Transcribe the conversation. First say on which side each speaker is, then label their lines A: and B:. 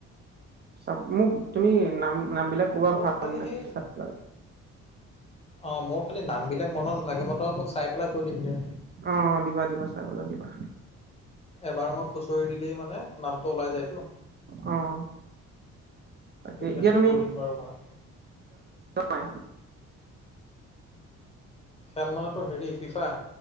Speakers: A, on the right (about 35°); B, on the left (about 20°).
A: চাওঁক মোক তুমি নাম নাম বিলাক ক'বা
B: মোৰ
A: ভাল
B: খালি হেই
A: চাই পেলাই
B: অঁ মোৰ খালি নামবিলাক মনত নাথাকে, মই তহঁতোক চাই পেলাই কৈ দিম দিয়া।
A: অ', দিবা দিবা চাই পেলাই দিবা
B: এবাৰ মই খুচৰি দিলেই মানে নামটো ওলাই যায়তো।
A: অ'। তাকে
B: তেতিয়া
A: এতিয়া
B: তোক কৈ দিম বাৰু মই।
A: হয়।
B: খেল মানে তোৰ হেৰি ফিফা?